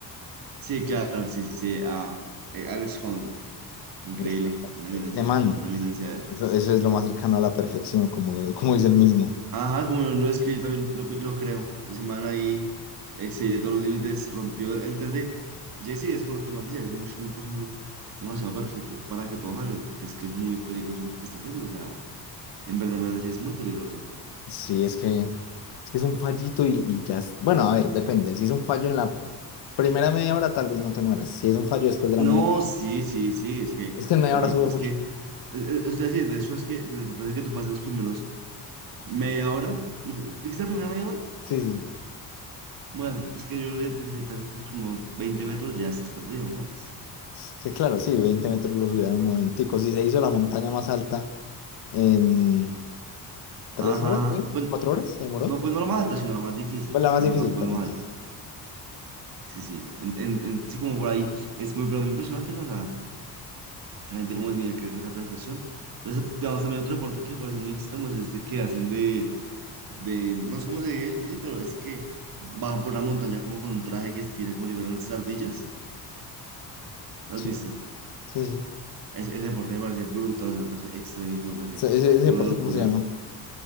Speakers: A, on the right (about 60°); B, on the left (about 80°).
A: Sí, claro, sí, sí, sí. Ah, eh, Alex Honnold, increíble,
B: Exactamente.
A: una eminencia,
B: Ese man,
A: una eminencia
B: eso, eso es lo más cercano a la perfección, como, como dice el mismo.
A: Ajá, como lo escribí, yo también lo, pi- lo creo. La semana ahí excedió todos los límites, rompió el intente. Jesse es con lo que más decía, es mucho tiempo siendo demasiado perfecto para que todo salga, porque es que es muy peligroso lo que está haciendo. O sea, en verdad, en verdad, sí es muy peligroso.
B: Sí, es que, es que es un fallito y, y ya. es- Bueno, a ver, depende. Si es un fallo en la primera media hora, tal vez no te mueras. Si es un fallo después de la
A: No,
B: media hora,
A: sí, sí, sí, es que
B: es que en media
A: yo
B: hora
A: creo,
B: sube
A: es
B: mucho.
A: que, es, es- es decir, de hecho, es que desde- después de que tú pases los primeros media hora, lo- ¿dijiste la primera media hora?
B: Sí, sí, sí.
A: Bueno, es que yo creo que desde que te pases los primeros 20 metros ya estás perdido, ¿sabes?
B: Sí, claro, sí, 20 metros lo subirán un momentico. Si se hizo la montaña más alta en tres
A: Ajá.
B: horas, ¿eh?
A: ajá. Bueno,
B: ¿Cuatro horas? ¿Se demoró?
A: No, pues no la más alta, sino la más difícil.
B: Pues
A: Es
B: la más
A: que
B: difícil,
A: tampoco
B: perdón.
A: es la más
B: Sí,
A: alta. Sí, sí. En- en- en- sí, como por ahí. Es muy, pero muy impresionante, ¿no? La, esa gente como el nivel que alcanza de perfección. Yo sé- Digamos, también otro deporte que me parece muy extremo es este que hacen de, de, no sé cómo se dice, pero es que bajan por una montaña como con un traje que estiran como si fueran unas ardillas. ¿Lo
B: sí,
A: has visto?
B: sí. sí.
A: Es- ese deporte me parece brutal, o sea, me parece extremísimo, me parece
B: sí. Ese, ese deporte,
A: una locura.
B: ¿cómo se llama?